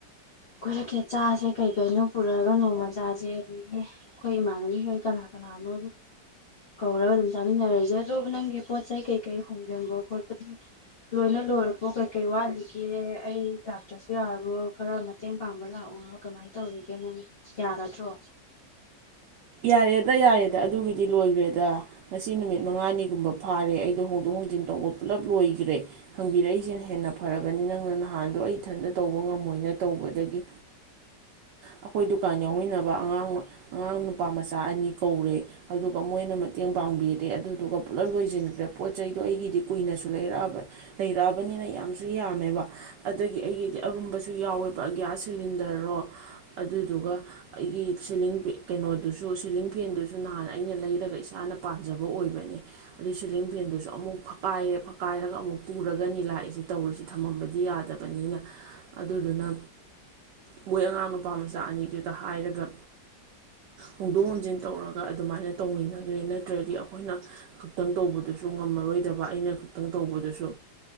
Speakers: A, on the left; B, on the right.
A: ꯑꯩꯣꯏꯖꯤꯀꯦꯠ ꯆꯥꯁꯦ ꯀꯩꯀꯩꯅꯣ ꯄꯨꯔꯛꯑꯒ ꯅꯣꯡꯃ ꯆꯥꯁꯦ ꯑꯗꯒꯤ ꯑꯩꯈꯣꯏ ꯏꯃꯥꯟꯅꯕꯤꯈꯩ ꯀꯅꯥ ꯀꯅꯥꯅꯣ ꯀꯧꯔꯒ ꯑꯗꯨꯝ ꯆꯥꯃꯤꯟꯅꯔꯁꯦ ꯑꯗꯣ ꯅꯪꯒꯤ ꯄꯣꯠ ꯆꯩ ꯀꯩꯀꯩ ꯍꯣꯡꯖꯤꯟꯕ ꯈꯣꯠꯄꯗꯤ ꯂꯣꯏꯅ ꯂꯣꯏꯔꯛꯄꯣ ꯀꯩꯀꯩ ꯋꯥꯠꯂꯤꯒꯦ ꯑꯩ ꯂꯥꯛꯇ꯭ꯔꯁꯨ ꯌꯥꯔꯕꯣ ꯈꯔ ꯃꯇꯦꯡ ꯄꯥꯡꯕ ꯂꯥꯛꯎꯅꯣ ꯀꯃꯥꯏꯅ ꯇꯧꯔꯤꯒꯦ ꯅꯪ ꯌꯥꯔꯗ꯭ꯔꯣ
B: ꯌꯥꯔꯦꯗ ꯌꯥꯔꯦꯗ ꯑꯗꯨꯒꯤꯗꯤ ꯂꯣꯏꯈ꯭ꯔꯦꯗ ꯉꯁꯤ ꯅꯨꯃꯤꯠ ꯃꯉꯥꯅꯤꯒꯨꯝꯕ ꯐꯥꯔꯦ ꯑꯩꯗꯣ ꯍꯣꯡꯗꯣꯛ ꯍꯣꯡꯖꯤꯟ ꯇꯧꯕ ꯄꯨꯜꯂꯞ ꯂꯣꯏꯈ꯭ꯔꯦ ꯍꯪꯕꯤꯔꯛꯏꯁꯤꯅ ꯍꯦꯟꯅ ꯐꯔꯕꯅꯤ ꯅꯪꯅ ꯅꯍꯥꯟꯗꯣ ꯑꯩ ꯏꯊꯟꯇ ꯇꯧꯕ ꯉꯝꯃꯣꯏꯅ ꯇꯧꯕꯗꯒꯤ ꯑꯩꯈꯣꯏ ꯗꯨꯀꯥꯟ ꯌꯥꯎꯃꯤꯟꯅꯕ ꯑꯉꯥꯡ ꯑ <unintelligible> ꯅꯨꯄꯥꯃꯆꯥ ꯑꯅꯤ ꯀꯧꯔꯦ ꯑꯗꯨꯒ ꯃꯣꯏꯅ ꯃꯇꯦꯡ ꯄꯥꯡꯕꯤꯔꯦ ꯑꯗꯨꯗꯨꯒ ꯄꯨꯂꯞ ꯂꯣꯏꯁꯤꯟꯈ꯭ꯔꯦ ꯄꯣꯠ ꯆꯩꯗꯣ ꯑꯩꯒꯤꯗꯤ ꯀꯨꯏꯅꯁꯨ ꯂꯩꯔꯛꯑꯕ ꯂꯩꯔꯛꯑꯕꯅꯤꯅ ꯌꯥꯝꯁꯨ ꯌꯥꯝꯃꯦꯕ ꯑꯗꯒꯤ ꯑꯩꯒꯤꯗꯤ ꯑꯔꯨꯝꯕꯁꯨ ꯌꯥꯎꯋꯦꯕ ꯒ꯭ꯌꯥꯁ ꯁꯤꯂꯤꯟꯗ ꯑꯣ ꯑꯗꯨꯗꯨꯒ ꯑꯩꯒꯤ ꯁꯤꯂꯤꯡ ꯀꯩꯅꯣ ꯑꯗꯨꯁꯨ ꯁꯤꯂꯤꯡ ꯐꯦꯟꯗꯨꯁꯨ ꯅꯍꯥꯟ ꯑꯩꯅ ꯂꯩꯔꯒ ꯏꯁꯥꯅ ꯄꯥꯟꯝꯖꯕ ꯑꯣꯏꯕꯅꯦ ꯑꯗꯨ ꯁꯤꯂꯤꯡ ꯐꯦꯟꯗꯨꯁꯨ ꯑꯃꯨꯛ ꯐꯛꯀꯥꯏꯔꯦ ꯐꯛꯀꯥꯏꯔꯒ ꯑꯃꯨꯛ ꯄꯨꯔꯒꯅꯤ ꯂꯥꯛꯏꯁꯤ ꯇꯧꯔꯤꯁꯤ ꯊꯝꯃꯝꯕꯗꯤ ꯌꯥꯗꯕꯅꯤꯅ ꯑꯗꯨꯗꯨꯅ ꯃꯣꯏ ꯑꯉꯥꯡ ꯅꯨꯄꯥ ꯃꯆꯥ ꯑꯅꯤꯗꯨꯗ ꯍꯥꯏꯔꯒ ꯍꯣꯡꯗꯣꯛ ꯍꯣꯡꯖꯤꯟ ꯇꯧꯔꯒ ꯑꯗꯨꯃꯥꯏꯅ ꯇꯧꯃꯤꯟꯅꯈ꯭ꯔꯦ ꯅꯠꯇ꯭ꯔꯗꯤ ꯑꯩꯈꯣꯏꯅ ꯈꯛꯇꯪ ꯇꯧꯕꯗꯨꯁꯨ ꯉꯝꯃꯔꯣꯏꯗꯕ ꯑꯩꯅ ꯈꯛꯇꯪ ꯇꯧꯕꯗꯨꯁꯨ